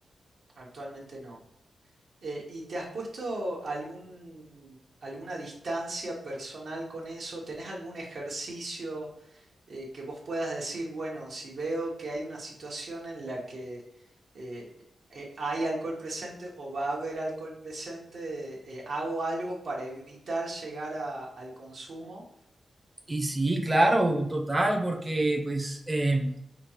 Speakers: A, on the right; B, on the right.
A: Actualmente no. Eh, ¿y te has puesto algún, alguna distancia personal con eso? ¿Tenés algún ejercicio? eh, que vos puedas decir, bueno, si veo que hay una situación en la que eh, eh, hay alcohol presente o va a haber alcohol presente, eh, hago algo para evitar llegar a- al consumo.
B: Y sí, claro, total, porque pues... em,